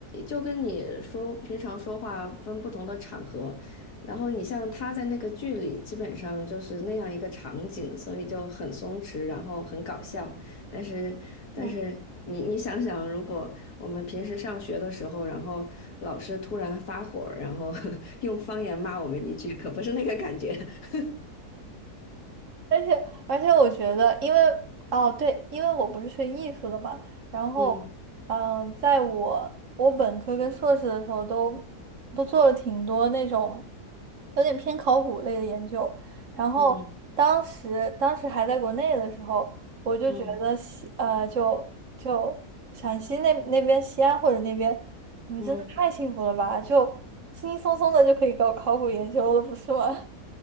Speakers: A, on the left; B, on the right.
A: 就跟你说平常说话分不同的场合，然后你像他在那个剧里基本上就是那样一个场景，所以就很松弛，然后很搞笑。但是但是你你想想，
B: 嗯。
A: 如果我们平时上学的时候，然后老师突然发火儿然后 <laughs> 用方言骂我们一句，可不是那个感觉。<laughs>
B: 而且而且，我觉得，因为哦对，因为我不是学艺术的嘛，然后
A: 嗯
B: 嗯，在我我本科跟硕士的时候都都做了挺多那种有点偏考古类的研究，然后当时当时还在国内的时候，
A: 嗯
B: 我就觉得西呃就就陕西那那边西安或者那边，
A: 嗯
B: 你们真的太幸福了吧，
A: 嗯。
B: 就轻轻松松的就可以搞考古研究了，不是吗？